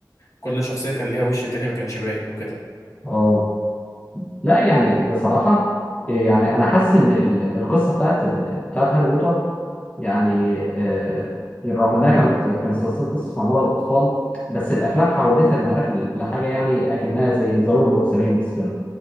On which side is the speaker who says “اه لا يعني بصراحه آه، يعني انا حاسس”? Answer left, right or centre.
Left